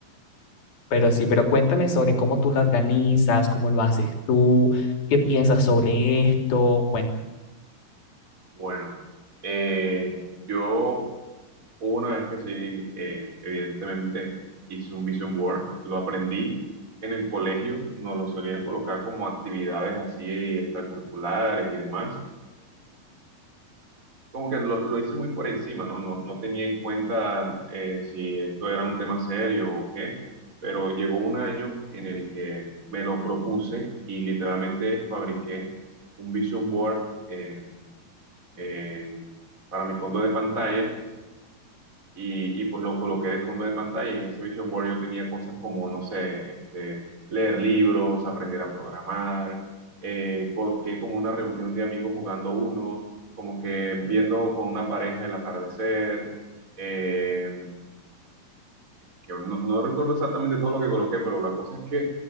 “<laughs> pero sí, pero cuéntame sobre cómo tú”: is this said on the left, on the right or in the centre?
Left